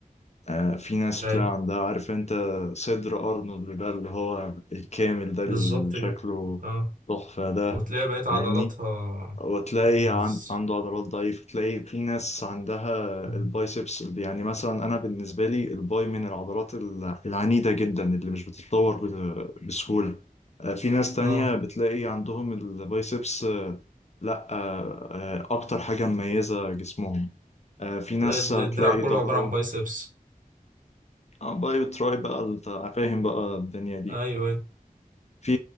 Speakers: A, on the left (about 50°); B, on the right (about 65°).
A: آه في ناس
B: جاي
A: بتلاقي عندها عارف انت صدر ارنولد ده اللي هو الكامل ده
B: بالظبط
A: اللي شكله
B: كده اه
A: تحفة ده
B: وتلاقي بقيت عضلاتها
A: فاهمني وتلاقي
B: بز...
A: عن- عنده عضلات ضعيفة تلاقي في ناس عندها
B: مم.
A: البايسبس يعني مثلا أنا بالنسبة لي الباي من العضلات ال- العنيدة جدا اللي مش بتتطور ب- بسهولة آه، في ناس تانية
B: اه
A: بتلاقي عندهم البايسبس آه، لا آه، آه، أكتر حاجة مميزة جسمهم آه، في ناس
B: تلاقي الد- الدراع
A: تلاقي
B: كله
A: ظهرهم
B: عبارة عن بايسبس
A: آه، بايو تراي بقى أنت فاهم بقى الدنيا دي
B: ايوه ايوه
A: في